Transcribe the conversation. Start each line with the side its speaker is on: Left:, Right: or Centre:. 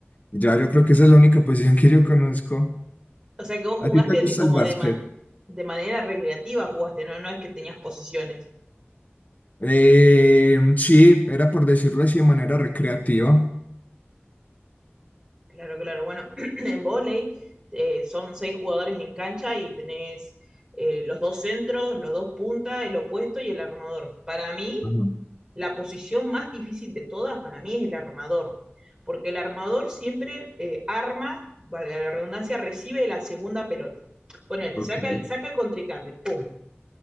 Left: ya yo creo que esa es la única posición <laughs> que yo conozco.
Right: O sea que vos jugaste
Left: ¿A ti te gusta
Right: de como
Left: el básquet?
Right: de, man- de manera recreativa jugaste, ¿no? No es que tenías posiciones.
Left: Eh, sí, era por decirlo así de manera recreativa.
Right: Claro, claro. Bueno, <clears throat> en vóley eh, son seis jugadores en cancha y tenés eh, los dos centros, los dos puntas, el opuesto y el armador. Para mí,
Left: Ajá.
Right: la posición más difícil de todas para mí es el armador, porque el armador siempre eh, arma, valga la redundancia, recibe la segunda pelota. Ponele,
Left: Ok.
Right: saca el, saca el contrincante, ¡pum!